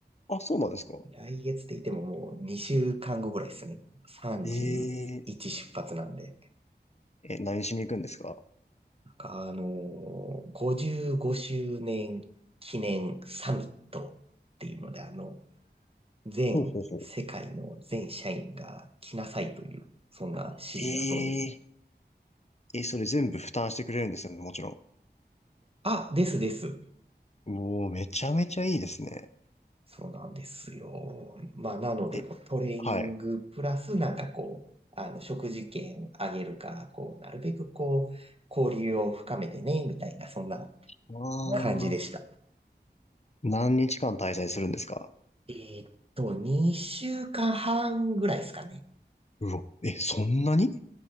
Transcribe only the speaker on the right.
来月って言ってももう2週間後ぐらいですね。31出発なんで。
なんかあのー55周年記念サミットっていうので、あの、全世界の全社員が来なさいという、
そんな指示だそうです。
あ、ですです。
そうなんですよ。まあ、なので、
こうトレーニングプラス、
なんかこう、あの、食事券あげるか、こう、なるべくこう、交流を深めてね、みたいな、そんな
感じでした。
えーっと、2週間半ぐらいですかね。